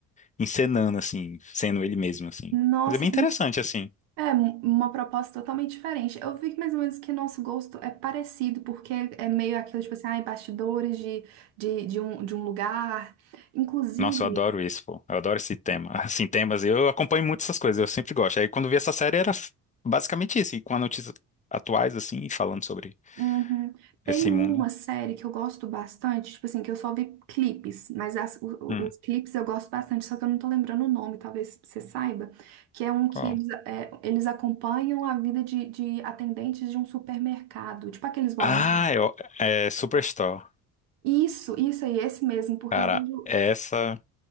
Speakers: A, on the left; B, on the right.
A: encenando, assim, sendo ele mesmo, assim.
B: nossa,
A: Mas é bem
B: que...
A: interessante, assim.
B: é um- uma proposta totalmente diferente. Eu vi que mais ou menos que nosso gosto é parecido, porque é meio aquilo, tipo assim, ai, bastidores de, de, de, um, de um lugar. Inclusive,
A: Nossa, eu adoro isso, pô. Eu adoro esse tema. <laughs> Assim, temas, eu acompanho muito essas coisas, eu sempre gosto. Aí quando vi essa série era f- basicamente isso, e com as notícias atuais, assim, e falando sobre
B: Uhum. Tem
A: esse
B: uma
A: mundo.
B: série que eu gosto bastante, tipo assim, que eu só vi clipes, mas as- o- o-
A: Hum,
B: os clipes eu gosto bastante, só que eu não tô lembrando o nome, talvez você saiba, que é um que
A: qual?
B: eles, é, eles acompanham a vida de, de atendentes de um supermercado, tipo aqueles Walmart.
A: Ah, eu, é Superstore.
B: Isso, isso aí, esse mesmo, porque
A: Cara,
B: eu vejo.
A: essa,